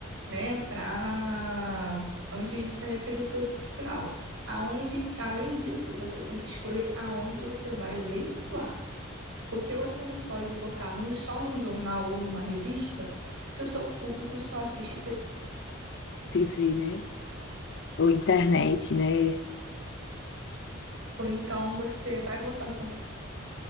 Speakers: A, on the right; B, on the left.
A: né, para antes de sair aquele produto final. Aonde, além disso, você tem que escolher aonde você vai veicular, porque você não pode botar num- só num jornal ou numa revista se o seu público só assiste TV.
B: TV, né? Ou internet, né?
A: Ou então você vai botar na